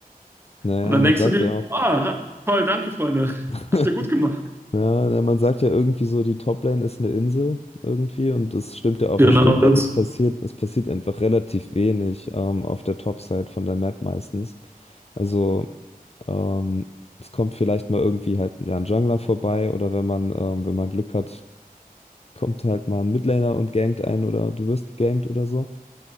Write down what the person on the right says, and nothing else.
Und dann
denkst
du dir,
ah, toll, danke, Freunde.
Habt ihr gut gemacht.
Genau,
das.